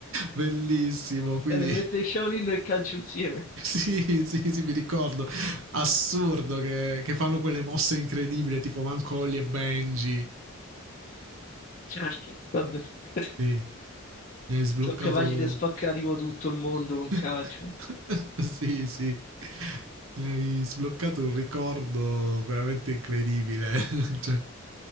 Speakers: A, on the right; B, on the left.
A: Bellissimo, quindi
B: Eh, mi mette
A: <laughs>
B: Shaolin e calcio insieme.
A: <laughs> Sì, sì, sì, mi ricordo. Assurdo che, che fanno quelle mosse incredibili, tipo Mancolli e Benji.
B: Certo, vabbè. <laughs>
A: Sì, mi hai sbloccato
B: Sono capaci di spaccare tipo tutto il mondo con
A: <laughs>
B: calcio.
A: Sì, sì. Mi hai sbloccato un ricordo veramente incredibile. <laughs> Cioè,